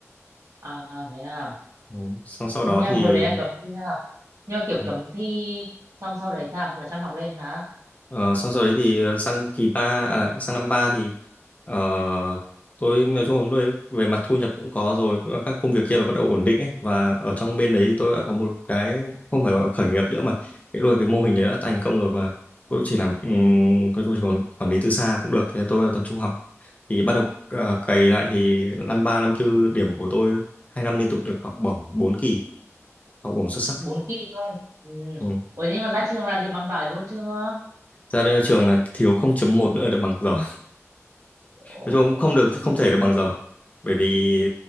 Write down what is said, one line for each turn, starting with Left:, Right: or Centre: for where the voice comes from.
Right: à à, thế à
Left: Ừ, xong
Right: nhưng
Left: sau đó thì
Right: hồi đấy là cấm thi ha nhưng mà kiểu
Left: ừ,
Right: cấm thi xong sau đấy sao là chăm học lên hả
Left: Ờ, xong sau đấy thì ờ, sang kỳ ba à, sang năm ba thì ờ, tôi nói chung là tôi về mặt thu nhập cũng có rồi cũng là các công việc kia nó bắt đầu ổn định ấy và ở trong bên đấy thì tôi đã có một cái không phải gọi là khởi nghiệp nữa mà cái đôi cái mô hình đấy đã thành công rồi và tôi chỉ làm um, tôi chỉ còn quản lý từ xa cũng được thì tôi bắt đầu tập trung học thì bắt đầu à, cày lại thì năm ba năm tư điểm của tôi hai năm liên tục được học bổng bốn kỳ học bổng xuất sắc
Right: bốn kỳ luôn ừ.
Left: ừ.
Right: Ủa nhưng mà ra trường làm được bằng giỏi luôn chưa
Left: ra đây trường là thiếu 0.1 nữa là được bằng giỏi
Right: Ồ
Left: nói chung
Right: thế
Left: cũng
Right: mà
Left: không
Right: không
Left: được
Right: xin
Left: không
Right: nghỉ
Left: thể được bằng giờ bởi vì